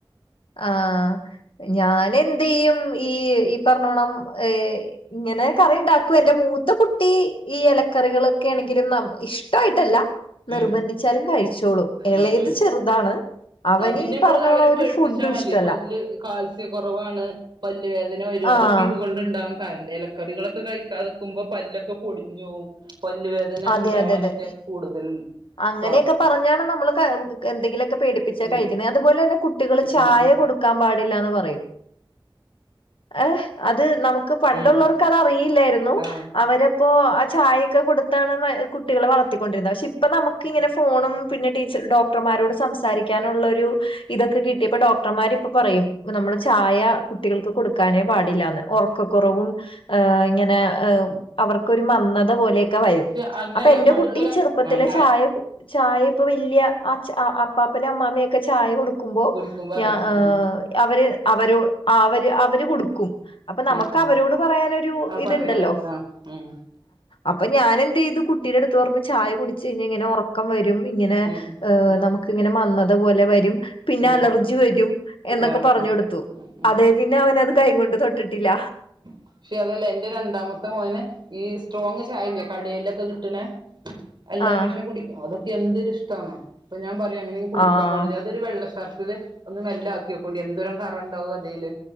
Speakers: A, on the left; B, on the right.
A: ആഹ് ഞാനെ ന്ത് ചെയ്യും ഈ ഈ പറഞ്ഞോണം ഏ ഇങ്ങനെ കറി ഉണ്ടാക്കൂ എന്റെ മൂത്ത കുട്ടി ഈ ഇലക്കറികളൊക്കെ ആണെങ്കിലും ന ഇഷ്ടമായിട്ടല്ല നിർബന്ധിച്ചാലും
B: ഉം
A: കഴിച്ചോളും ഇളയത്
B: ഉം ഉം
A: ചെറുതാണ് അവന്
B: ആ പിന്നെ
A: ഈ
B: നമ്മള്
A: പറഞ്ഞോണം
B: അവര്
A: ഒരു
B: പേ
A: ഫുഡും
B: കിച്ചാൽ മതി
A: ഇഷ്ടല്ല
B: പല്ല് കാൽസ്യ കൊറവാണ് പല്ല് വേ അങ്ങനെ വരും
A: ആഹ്
B: അതൊക്കെ ഇത് കൊണ്ട്ണ്ടാകും ണ്ട് ഇലക്കറികള കഴിക്കാക്ക്പോ പല്ലൊക്കെ പൊടിഞ്ഞുവും പല്ലുവേദന
A: അതെ
B: ഇണ്ടാവാനൊക്കെ
A: അതെ അതെ
B: കൂടുതലുണ്ട്
A: അങ്ങനെയൊക്കെ
B: സാധ്യത
A: പറഞ്ഞാണ് നമ്മള് ക എന്തെങ്കിലൊ പേടിപ്പിച്ചാ കഴിക്കുന്നത്
B: ഉം
A: അതുപലെന്നെ കുട്ടികള് ചായ
B: ഉം ഉം
A: കൊടുക്കാൻ പാടില്ലാന്ന് പറയും ഏ അ അത് നമുക്ക് പണ്ടുള്ളവർക്ക്
B: ഉം
A: അത്റിയില്ലായിരുന്നു
B: ആ
A: അവരെ ഇപ്പൊ ആ ചായൊക്കെ കൊടുത്താണ് കുട്ടികളെ വളർത്തിക്കൊണ്ടിരുന്നത് പക്ഷെ ഇപ്പം നമ്മക്ക് ങ്ങനെ ഫോണും പിന്നെ ച്ച ഡോക്ടർമാരോട് സംസാരിക്കാനുള്ളരു ഇതൊക്കെ കിട്ടിയപ്പോ ഡോക്ടർമാര് ഇപ്പോ പറയും നമ്മുടെ ചായ കുട്ടികൾക്ക് കൊടുക്കാനേ പാടില്ലാന്ന് ഉറക്കക്കുറവും ് ഇങ്ങനെ അവർക്കൊരു മന്നത പോലെയൊക്കെ വരും
B: പക്ഷെ അങ്ങനല്ല
A: അപ്പൊ എന്റെ
B: പണ്ടുള്ളവരാ
A: കുട്ടി ചെറുപ്പ
B: ആ
A: ത്തിലെ ചായ ചായ ഇപ്പൊ വല്യ അപ്പാപ്പന അമ്മാമ്മൊക്കെ ചായ കൊടുക്കും ക്കുമ്പോ
B: വിളിക്കുമ്പോ
A: ഞ
B: അവർക്ക് ഉം
A: അവര് അവര് അവര് അവര് കൊടുക്കും അപ്പൊ നമുക്ക്
B: ഉം ഉം
A: അവരോട് പറയാനൊരു
B: ആ
A: ഇത്ണ്ടല്ലോ
B: പറയാൻ പറ്റും ആ ഉം
A: അപ്പൊ ഞാനെന്ത്തു ചെയ്തു കുട്ടിയുടെ അടുത്ത് പറഞ്ഞ് ചായ കുടി ഇങ്ങനെ ഉറക്കംരും ഇങ്ങനെ്
B: ഉം
A: നമുക്ക് ഇങ്ങനെ മന്ന അതുപോലെ വരും പിന്നെ
B: ഉം
A: അലർജി വരും എന്നൊക്കെ
B: ആഹ്
A: പറഞ്ഞ കൊടുത്തു
B: ഉം ഉം
A: അതേ പിന്നെ അവനത് കൈകൊണ്ട് തൊട്ടിട്ട് കേട്ടില്ല
B: പക്ഷെ അതല്ല എന്റെ രണ്ടാമത്തെ മോന് ഈ സ്ട്രോങ് ചായല്ല കടലൊക്കെ കിട്ട കിട്ടണ എല്ലാവും
A: ആഹ്
B: ഇങ്ങനെ കുടിക്കും അതൊ എന്തൊ ഇഷ്ടമാണ്പ്പൊ ഞാൻ പറ അങ്ങനെ കുടിക്കാൻ
A: ആഹ്
B: പ അതൊ വെ ഷർട്ടിലെ ഒന്ന് മെല് ആക്കിയൊക്കോ ടി എന്തോരം കറുണ്ടാവും അതിേല്